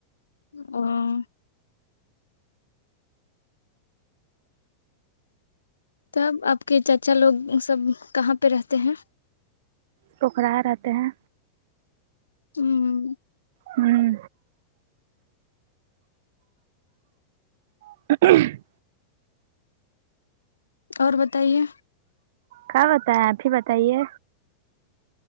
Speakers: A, on the left; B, on the right.
A: ہاں تب آپ کے چاچا لوگ سب کہاں پہ رہتے ہیں
B: ٹھکرائے رہتے ہیں
A: ھمم
B: ھمم <unintelligible>
A: اور بتائیے
B: کیا ہوتا ہے اپ ہی بتائیے